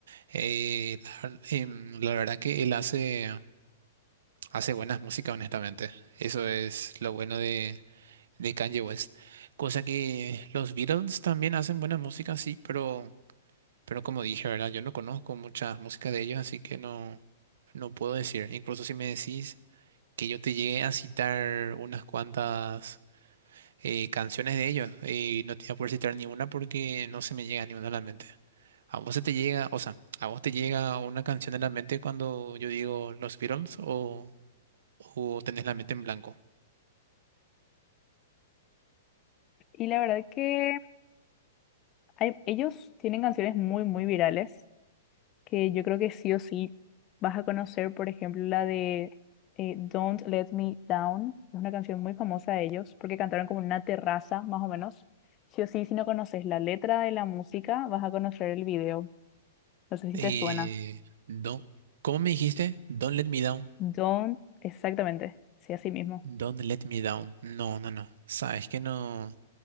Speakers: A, on the right (about 70°); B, on the left (about 35°).
A: Eh, la, ver- em, la verdad que él hace, hace buenas músicas, honestamente. Eso es lo bueno de Kanye West. Cosa que los Beatles también hacen buena música, sí, pero, pero como dije, ¿verdad? Yo no conozco mucha música de ellos, así que no, no puedo decir. Incluso si me decís que yo te llegué a citar unas cuantas eh, canciones de ellos, eh, no te voy a poder citar ni una porque no se me llega ni una a la mente. ¿A vos se te llega, o sea, a vos te llega una canción a la mente cuando yo digo los Beatles o, o tenés la mente en blanco?
B: Y la verdad que hay- ellos tienen canciones muy, muy virales que yo creo que sí o sí vas a conocer, por ejemplo, la de eh, Don't Let Me Down. Es una canción muy famosa de ellos porque cantaron como en una terraza, más o menos. Sí o sí, si no conoces la letra de la música, vas a conocer el video. No sé
A: Eh,
B: si te suena.
A: no. ¿Cómo me dijiste? Don't Let Me Down.
B: Don't, exactamente, sí, así mismo.
A: Don't Let Me Down. No, no, no. Sabes que no,